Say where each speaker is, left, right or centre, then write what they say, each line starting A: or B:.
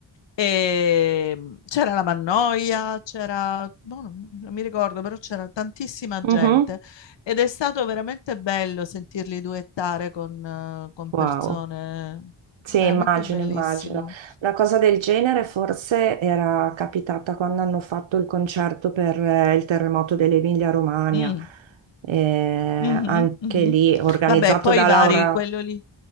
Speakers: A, on the left; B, on the right.
A: E mm, c'era la Mannoia, c'era, boh, non non mi ricordo, però c'era tantissima
B: Mhm,
A: gente ed è stato veramente bello sentirli duettare con, eh, con
B: Wow,
A: persone,
B: sì,
A: veramente
B: immagino,
A: bellissimo.
B: immagino. Una cosa del genere forse era capitata quando hanno fatto il concerto per eh, il terremoto dell'Emilia-Romagna,
A: Mm.
B: Eh,
A: Mhm,
B: anche
A: mhm.
B: lì organizzato
A: Vabbè, poi
B: da
A: i vari,
B: Laura,
A: quello lì.